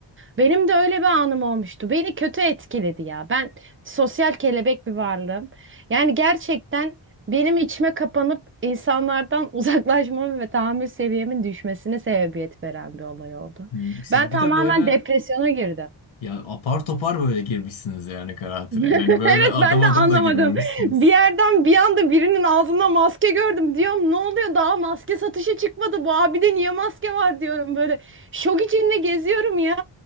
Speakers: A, on the right (about 25°); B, on the left (about 80°).
A: Benim de öyle bir anım olmuştu. Beni kötü etkiledi ya. Ben sosyal kelebek bir varlığım. Yani gerçekten benim içime kapanıp insanlardan <laughs> uzaklaşmamın ve tahammül seviyemin düşmesine sebebiyet veren bir olay oldu.
B: Hmm, Siz
A: Ben tamamen
B: bir de böyle
A: depresyona girdim.
B: ya apar topar böyle girmişsiniz yani karantinaya.
A: <laughs>
B: Yani böyle
A: Evet
B: adım
A: ben
B: adım
A: de anlamadım.
B: da girmemişsiniz.
A: Bir yerden bir anda birinin ağzında maske gördüm. Diyorum ne oluyor daha maske satışa çıkmadı. Bu abide niye maske var diyorum böyle. Şok içinde geziyorum ya.